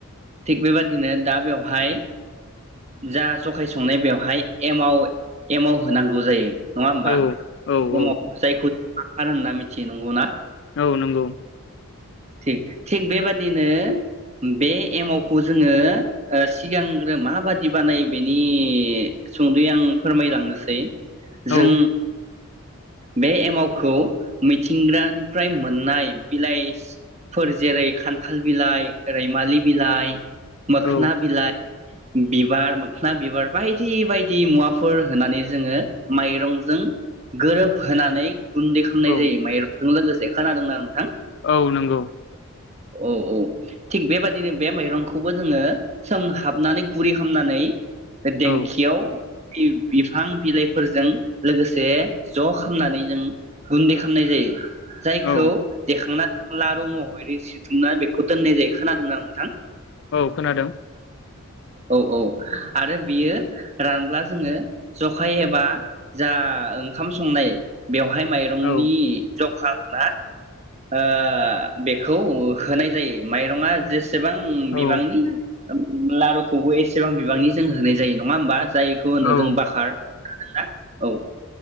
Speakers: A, on the right; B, on the left.
A: थिग बेबादिनो दा बेवहाय जा जखाय संनाय बेवहाय एमाव एमाव होनांगौ जायो। नङा होमबा
B: औ औ
A: <unintelligible>
B: औ
A: जायखौ <unintelligible> होनना मिथियो नंगौ ना?
B: औ नंगौ।
A: थिग थिग बेबादिनो बे एमावखौ जोङो सिगांग्रो माबादि बानायो बेनि सुंदुयै आं फोरमायलांनोसै
B: औ
A: जों। बे एमाव। खौ मिथिंग्रानिफ्राय मोननाय बिलाइफोर जेरै खान्थाल बिलाइ रैमालि बिलाइ मोखना
B: औ
A: बिलाइ बिबार मोखोन बिबार बायदि बायदि मुवाफोर होनानै जोङो माइरंजों गोरोबहोनानै गुन देखोनाय
B: औ
A: जायो माइरं लोगोसे खोनादोंना आं।
B: औ नंगौ।
A: औ औ थिग बेबायदिनो बे माइरंखौबो जोङो सोमहाबनानै गुरै खामनानै बे देंखियाव
B: औ
A: बि-बिफां बिलाइफोरजों लोगोसे ज' खामनानै जों गुन्दै खामनाय जायो। जायखौ
B: औ
A: देखांना लारु महरै सिथुमना बेखौ दोननाय जायो खोनादोंना नोंथां?
B: औ खोनादों।
A: औ औ आरो बियो रानब्ला जोङो जखाय एबा जा ओंखाम संनाय बेव हाय माइरंनि
B: औ
A: जखा ना ओ बेखौ होनाय जायो माइरङा जेसे सेबां
B: औ
A: बिबांनि लारुखौबो एसेबां बिबांनि जों होनाय जायो नङा होमबा? जायखौ होनो
B: औ
A: जों बाखार खोनादों ना? औ